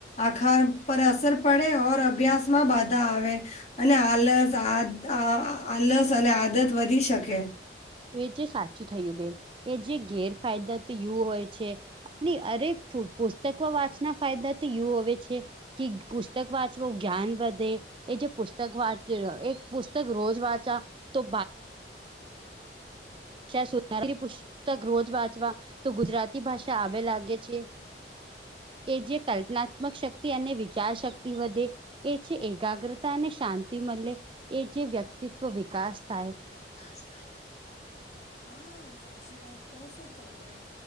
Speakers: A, on the left; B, on the right.
A: આખા પર અસર પડે ઓર અભ્યાસમાં બાધા આવે. અને આલસ આ આલસ અને આદત વધી શકે.
B: એ જે સાચું થયું બેન એ જે ગેરફાયદા યું હોય છે અને અરે પુસ્તકો વાંચના ફાયદા તો યું હોવે છે કે પુસ્તક વાંચવો જ્ઞાન વધે એ જે પુસ્તક વાંચ એ પુસ્તક રોજ વાંચા તો <unintelligible> પુસ્તક રોજ વાંચવા તો ગુજરાતી ભાષા આવે લાગે છે. એ જે કલ્પનાત્મક શક્તિ અને વિચાર શક્તિ વધે એ છે એકાગ્રતા અને શાંતિ મળે એ જે વ્યક્તિત્વ વિકાસ થાય
A: હા સાચી વાત કહ છો તમે